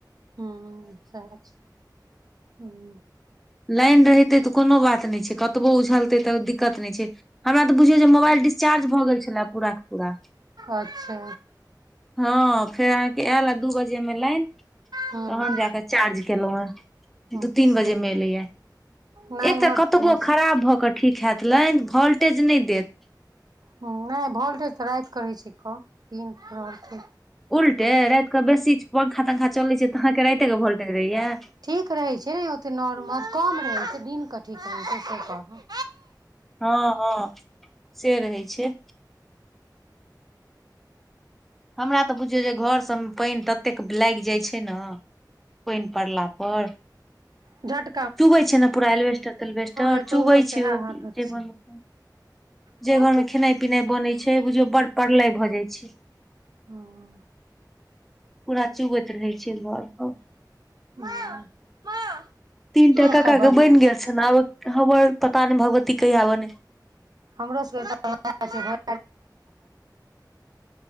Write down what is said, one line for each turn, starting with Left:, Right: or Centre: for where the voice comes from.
Right: हुँ सेहा छै हुँ
Centre: लाइन रहितै तऽ कोनो बात नय छै कतबो उझल तै तऽ दिक्कत नय छै हमरा तऽ बुझियौ जे मोबाइल डिसचार्ज भऽ गेल छलै पूरा कऽ पूरा
Right: अच्छऽ
Centre: हँ फेर अहाँकेँ आयल अ दू बजे मे लाइन
Right: हूँ
Centre: तहन जै कऽ चार्ज केलहु है
Right: अच्छा
Centre: दू तीन बजे मे एलै यऽ
Right: नहि
Centre: एतऽ
Right: इम्हर
Centre: कतबो
Right: तऽ रहै छै
Centre: खराब भऽ कऽ ठीक हैत लाइन वोल्टेज नय देत
Right: हँ नय वोल्टेज तऽ राइत कऽ रहै छै कम दिन कऽ रहल ठीक
Centre: उल्टे राइत कऽ बेसी पंखा तंखा चलै छै तऽ अहाँकेँ राइते केँ वोल्टेज रहै यऽ
Right: ठीक रहै छै नय ओते नॉर्मल कम रहै छै दिन कऽ ठीक रहै छै से कहलौ
Centre: हँ - हँ से रहै छै हमरा तऽ बुझियौ जे घर सब मऽ पाइन ततेक लाइग जाइ छै नऽ पाइन पड़ला पर
Right: झट
Centre: चुबै छै न पूरा एलबेस्टर तलबेस्टर
Right: एतहुओ
Centre: चुबै
Right: सएह
Centre: छै ओ
Right: हालत
Centre: जे
Right: छै
Centre: घर मे
Right: हँ
Centre: जे घर मे खेनाइ पिनाइ बनै छै बुझियौ बड़ प्रलय भऽ जाय छै
Right: हँ
Centre: पूरा चुबैत रहै छै घर पर
Right: <inaudible>
Centre: तीन टा
Right: एका
Centre: कक्का
Right: बदमाश
Centre: के बनि गेल छनि आब हमर पता ने भगवती कहिया बने
Right: हमरो सबके <unintelligible>